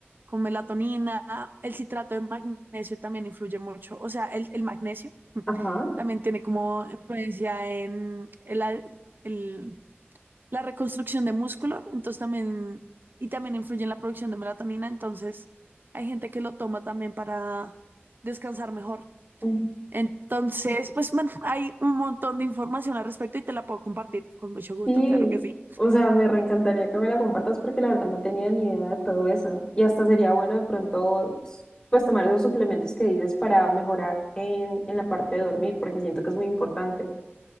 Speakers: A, on the right (about 50°); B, on the left (about 20°).
A: con melatonina, el citrato de magnesio también influye mucho, o sea, el, el magnesio <laughs>
B: Ajá.
A: también tiene como influencia en el- a- el- la reconstrucción de músculo, entonces también, y también influye en la producción de melatonina, entonces hay gente que lo toma también para descansar mejor.
B: Ujú.
A: Entonces, pues bueno, hay un montón de información al respecto y te la puedo compartir con mucho gusto,
B: Sí,
A: claro que sí.
B: o sea, me reencantaría que me la compartas porque la verdad no tenía ni idea de todo eso. Y hasta sería bueno de pronto, s- pues tomar esos suplementos que dices para mejorar en, en la parte de dormir, porque siento que es muy importante.